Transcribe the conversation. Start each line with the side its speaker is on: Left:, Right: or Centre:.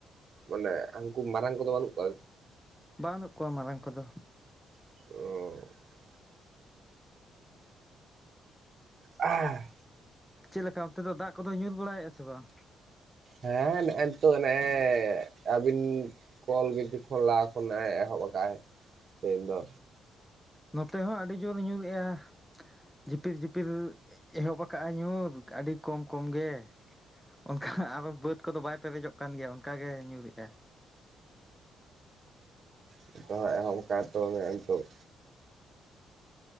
Right: ᱢᱟᱱᱮ ᱦᱟᱝᱠᱩ ᱢᱟᱨᱟᱝ ᱠᱚᱫᱚ ᱵᱟᱹᱱᱩᱜ ᱠᱚᱣᱟ?
Centre: ᱵᱟᱹᱱᱩᱜ ᱠᱚᱣᱟ ᱢᱟᱨᱟᱝ ᱠᱚᱫᱚ᱾
Right: ᱚᱻ ᱟᱻ
Centre: ᱪᱮᱜ ᱞᱮᱠᱟ ᱚᱱᱛᱮ ᱫᱚ ᱫᱟᱜ ᱠᱚᱫᱚᱭ ᱧᱩᱨ ᱵᱟᱲᱟᱭᱮᱜ-ᱟ ᱥᱮ ᱵᱟᱝ?
Right: ᱦᱮᱸ ᱱᱮᱜ-ᱮ ᱱᱤᱛᱳᱜ ᱱᱮᱜ-ᱮ ᱟᱵᱤᱱ ᱠᱚᱞ ᱠᱤᱪᱷᱩ ᱠᱷᱚᱱ ᱞᱟᱦᱟ ᱠᱷᱚᱱ ᱮ ᱮᱦᱚᱵ ᱟᱠᱟᱜ-ᱟᱭ ᱛᱮᱦᱮᱧ ᱫᱚ᱾
Centre: ᱱᱚᱛᱮ ᱦᱚᱸ ᱟᱹᱰᱤ ᱡᱳᱨ ᱮ ᱧᱩᱨ ᱮᱜ-ᱟ᱾ ᱡᱷᱤᱯᱤᱨ ᱡᱷᱤᱯᱤᱞ ᱮᱦᱚᱵ ᱟᱠᱟᱜ-ᱟᱭ ᱧᱩᱨ ᱟᱹᱰᱤ ᱠᱚᱢ ᱠᱚᱢ ᱜᱮ᱾ ᱚᱱᱠᱷᱟ ᱟᱨᱚ ᱵᱟᱹᱫ ᱠᱚᱫᱚ ᱵᱟᱭ ᱯᱮᱨᱮᱡᱚᱜ ᱠᱟᱱ ᱜᱮᱭᱟ ᱚᱱᱠᱟᱜᱮ ᱧᱩᱨᱮᱜ-ᱟ᱾
Right: ᱦᱩᱸᱻ ᱫᱟᱜ ᱮᱦᱚᱵ ᱟᱠᱟᱜ-ᱟᱭ ᱛᱚ ᱦᱮᱸᱜ-ᱮ ᱱᱤᱛᱳᱜ?